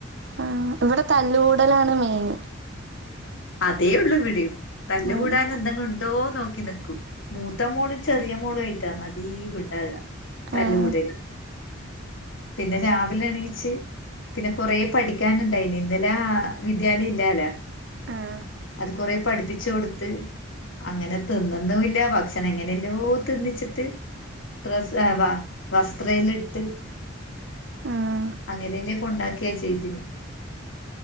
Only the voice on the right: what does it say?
ആഹ് ഇവിടെ തല്ലുകൂടലാണ് മെയിൻ
ആഹ്
ആഹ്
ആഹ്
ആഹ്